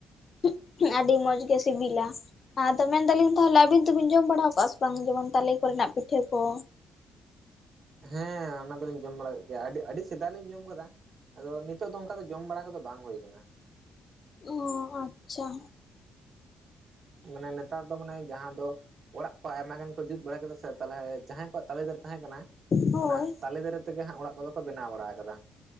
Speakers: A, on the left (about 40°); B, on the right (about 45°).
A: ᱦᱩᱸᱜ ᱦᱮᱸ ᱟᱹᱰᱤ ᱢᱚᱸᱡᱽ ᱜᱮ ᱥᱤᱵᱤᱞᱟ ᱾ ᱛᱚ ᱢᱮᱱᱫᱟᱞᱤᱧ ᱛᱟᱦᱚᱞᱮ ᱟᱹᱵᱤᱱ ᱛᱚᱵᱤᱱ ᱡᱚᱢ ᱵᱟᱲᱟ ᱠᱟᱜᱼᱟ ᱥᱮ ᱵᱟᱝ ᱡᱮᱢᱚᱱ ᱛᱟᱞᱮ ᱠᱚᱨᱮᱱᱟᱜ ᱯᱤᱴᱷᱟᱹ ᱠᱚ?
B: ᱦᱮᱸ ᱚᱱᱟ ᱫᱚᱞᱤᱧ ᱡᱚᱢ ᱵᱟᱲᱟ ᱠᱮᱫ ᱜᱮᱭᱟ ᱟᱹᱰᱤ ᱟᱹᱰᱤ ᱥᱮᱫᱟᱭ ᱞᱤᱧ ᱡᱚᱢ ᱠᱟᱫᱟ᱾ ᱟᱫᱚ ᱱᱤᱛᱚᱜ ᱫᱚ ᱚᱱᱠᱟ ᱫᱚ ᱡᱚᱢ ᱵᱟᱲᱟ ᱠᱚᱫᱚ ᱵᱟᱝ ᱦᱩᱭ ᱠᱟᱱᱟ ᱾
A: ᱚᱻ ᱟᱪᱪᱷᱟ ᱾
B: ᱢᱟᱱᱮ ᱱᱮᱛᱟᱨ ᱫᱚ ᱢᱟᱱᱮ ᱡᱟᱦᱟᱸ ᱫᱚ ᱚᱲᱟᱜ ᱠᱚ ᱟᱭᱢᱟ ᱜᱟᱱ ᱠᱚ ᱡᱩᱛ ᱵᱟᱲᱟ ᱠᱮᱫᱟ ᱥᱮ ᱛᱟᱦᱚᱞᱮ ᱡᱟᱦᱟᱸᱭ ᱠᱚᱣᱟᱜ ᱛᱟᱞᱮ ᱫᱟᱨᱮ ᱛᱟᱦᱮᱸ ᱠᱟᱱᱟ,
A: ᱦᱳᱭ
B: ᱚᱱᱟ ᱛᱟᱞᱮ ᱫᱟᱨᱮ ᱛᱮᱜᱮ ᱦᱟᱸᱜ ᱚᱲᱟᱜ ᱠᱚᱫᱚ ᱠᱚ ᱵᱮᱱᱟᱣ ᱵᱟᱲᱟ ᱠᱟᱫᱟ ᱾